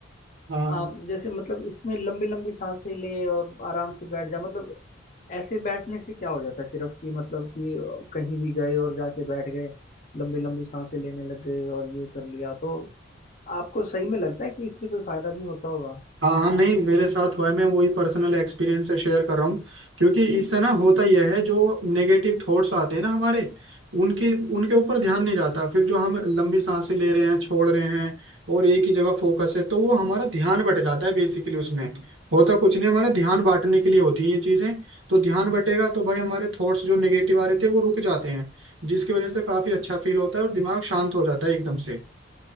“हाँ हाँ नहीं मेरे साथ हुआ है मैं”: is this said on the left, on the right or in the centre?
Right